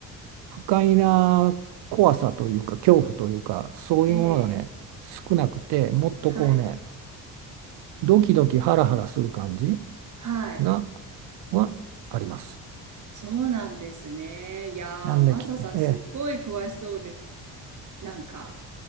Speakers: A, on the right; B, on the right.
A: 不快な怖さというか、恐怖というか、そういうものがね、
B: ええ、ええ
A: 少なくて、もっとこうね、
B: はい。
A: ドキドキハラハラする感じ。
B: はい。
A: が、はあります。
B: そうなんですね。いやー、
A: なんでき、
B: マサさん、
A: え
B: すっごい詳しそうです。なんか、